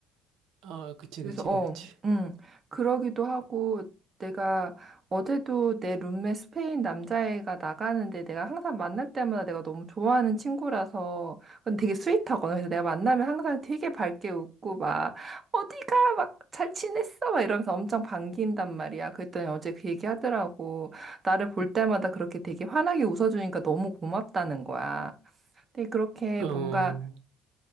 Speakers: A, on the right; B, on the right.
A: 아, 그치,
B: 그래서
A: 그치,
B: 어,
A: 그치.
B: 음 그러기도 하고 내가 어제도 내 룸메 스페인 남자애가 나가는데 내가 항상 만날 때마다 내가 너무 좋아하는 친구라서 근데 되게 스윗하거든. 그래서 내가 만나면 항상 되게 밝게 웃고 막 어디가 막 잘 지냈어 막 이러면서 엄청 반긴단 말이야. 그랬더니 어제 그 얘기 하더라고. 나를 볼 때마다 그렇게 되게 환하게 웃어주니까 너무 고맙다는 거야. 근데 그렇게
A: 어,
B: 뭔가